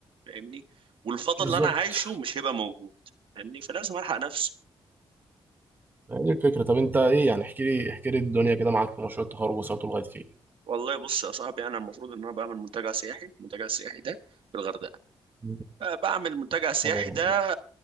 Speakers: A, on the right; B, on the right.
A: فاهمني والفضل
B: بالظبط
A: اللي انا عايشه مش هيبقى موجود فاهمني فلازم الحق نفسي
B: هي دي الفكرة طب انت ايه يعني احكي لي احكي لي الدنيا كده معاك في مشروع التخرج وصلت لغاية فين
A: والله بص يا صاحبي انا المفروض ان انا بعمل منتجع سياحي المنتجع السياحي ده في الغردقه
B: مم.
A: أه، بعمل منتجع سياحي
B: اه.
A: ده